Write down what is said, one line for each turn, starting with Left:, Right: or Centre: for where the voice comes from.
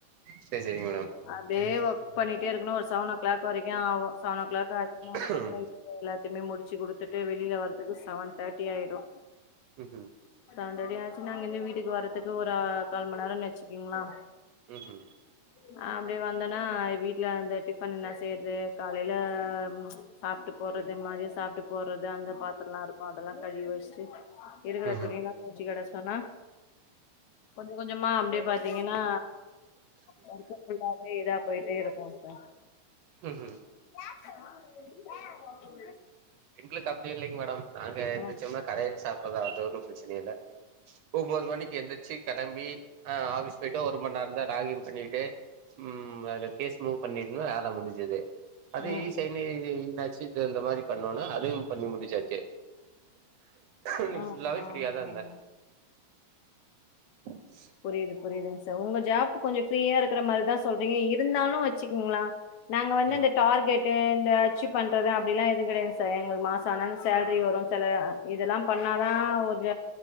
Right: சேரி சேரிங்க மேடம்
Left: அப்டே ஒர்க் பண்ணிட்டே இருக்கணு ஒரு செவன் ஓ கிளாக் வரைக்கு ஆவு செவன் ஓ கிளாக் ஆச்சுனா அதுக்கப்புறோ
Right: ம்ஹூம்
Left: எல்லாத்தையுமே முடிச்சு குடுத்துட்டு வெளில வரதுக்கு செவன் தேட்டி ஆய்டு
Right: ம் ம்
Left: செவன் தேர்ட்டி ஆச்சு நா அங்க இருந்து வீட்டுக்கு வரதுக்கு ஒரு கால் மண் நேரோ வச்சுக்கோங்கள
Right: ம் ம்
Left: நா அப்டே வந்தன்னா வீட்ல அந்த டிஃபன் என்ன செய்றது காலைல சாப்ட்டு போட்றது மாதியோ சாப்ட்டு போட்றது அந்த பாத்தரோல இருக்கு அதெல்லா கழுவி வச்சுட்டு இருக்கிற
Right: ம்ஹூம்
Left: துணிலா‌ தோவச்சு கேடாஸ்ட்டோன்னா கொஞ்ச கொஞ்சமா அப்டே பாத்தீங்கன்னா கொஞ்ச ஃபுல்லாவே இதா போயிட்டே இருக்கு சார்
Right: ம் ம்
Left: <inaudible>
Right: எங்களுக்கு அப்டி இல்லைங்க மேடம் நாங்க எந்துச்சோம்னா
Left: ம்
Right: கடையில சாப்படுறது அது ஒன்னு பிரச்சனை இல்ல ஒம்போது மணிக்கு எந்திருச்சு கெளம்பி ஆ ஆ பிஸ் போய்ட்டு ஒரு மண் நேரோ தா லாகின் பண்ணிட்டு ம் அத கேஸ் மூவ் பண்ணிருந்தா வேல முடிஞ்சது அதே
Left: ம் ம்
Right: சைனே <unintelligible> இது இந்த மாரி பண்ணுனா அதுவு பண்ணி முடிச்சாச்சு இன்னிக்கு
Left: ஆமா
Right: ஃபுல்லாவே பிரியாதா
Left: ஆமா
Right: இருந்தே <inaudible>
Left: புரிது புரிதுங் சார் உங்க ஜாப் கொஞ்சோ ஃப்ரீயா இருக்கற மாரிதா சொல்றீங்க இருந்தாலு வச்சுக்கங்ளா நாங்க வந்து
Right: ம்
Left: அந்த டார்கெட்டு் இந்த அச்சீவ் பண்றது அப்டிலா எது கிடையாது சார் எங்களுக்கு மாசோ ஆனாலு சேல்ரி வரு சில அ இதல்லா பண்ணாதா ஒரு